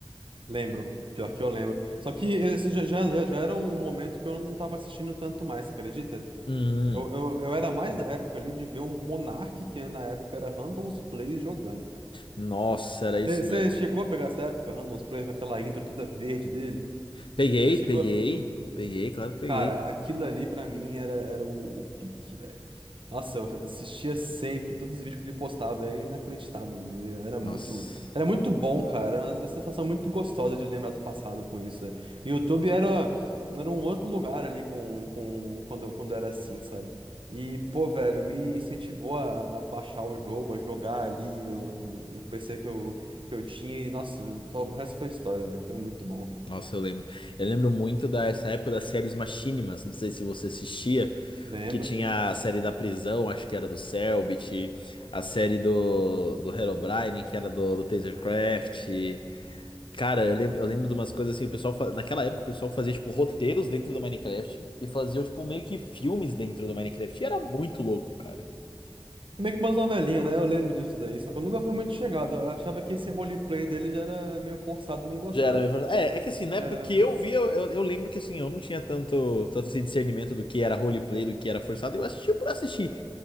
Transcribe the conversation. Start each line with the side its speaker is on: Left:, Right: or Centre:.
Right: Lembro. Pior que eu lembro. Só que esse já, já, já já era um momento que eu não tava assistindo tanto mais, você acredita?
Left: Hum,
Right: Eu, eu, eu era mais da época ali de ver o Monark, que na época era Random's Plays jogando, cara.
Left: nossa, era isso
Right: Você
Left: mesmo.
Right: chegou a pegar essa época, Random's Plays, com aquela intro toda verde dele?
Left: Peguei,
Right: Você chegou
Left: peguei,
Right: a isso?
Left: peguei, claro que peguei.
Right: Cara, aquilo ali pra mim era, era o, o pique, velho. Nossa, eu assistia sempre, todos os vídeos que ele postava, era inacreditável. Era muito,
Left: Nossa,
Right: era muito bom, cara. Era uma sensação muito gostosa de lembrar do passado com isso. né? E o YouTube era, era um outro lugar ali com, com, quando, quando era assim, sabe? E, pô, velho, me incentivou a, a baixar o jogo, a jogar ali eu- no no PC que eu, que eu tinha. E, nossa, só- o resto foi história, velho. Foi muito bom.
Left: nossa, eu lembro. Eu lembro muito dessa época das séries Machinimas, não sei se você assistia,
Right: Lembro.
Left: que tinha a série da prisão, acho que era do Cellbit, a série do, do Herobrine, que era do, do Tasercraft. Cara, eu lembro, eu lembro de umas coisas assim, o pessoal, fa- naquela época o pessoal fazia tipo roteiros dentro do Minecraft e faziam tipo meio que filmes dentro do Minecraft. E era muito louco, cara.
Right: Meio que umas novelinhas, né? Eu lembro disso daí, só que eu nunca fui muito chegado. Eu achava que esse roleplay dele já era meio forçado, não gostava.
Left: Já era, minha forma- é, é que assim, na época
Right: É,
Left: que eu vi, eu, eu, eu lembro que assim, eu não tinha tanto, tanto esse discernimento do que era roleplay, do que era forçado. Eu assistia por assistir.